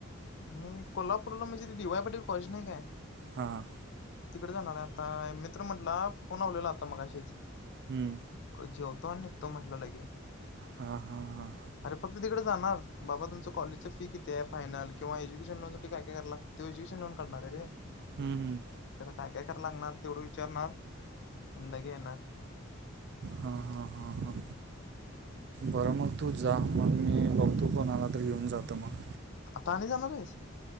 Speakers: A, on the left; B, on the right.
A: ह कोल्हापूरला म्हणजे डी वाय पाटील कॉलेज नाही काय.
B: हा.
A: तिकडे जाणार आहे. आता मित्र म्हंटला फोन आवलेला आता मगाशीच.
B: हम्म!
A: जेवतो आणि निघतो म्हटलं लगे.
B: हा हा हा.
A: अरे फक्त तिकडे जाणार, बाबा तुमचं कॉलेजच फी किती आहे फायनल? किंवा एज्युकेशन लोन साठी काय काय कराल लागते एज्युकेशन लोन करणार रे!
B: हम्म हम!
A: त्याला काय काय करायला लागणार तेवढं विचारणार आणि लगे येणार. <inaudible>
B: हां हां हां हां बरं मग तू जा, मग मी बघतो कोणाला तर घेऊन जातो मग‌.
A: आता आणि जाणार आहेस?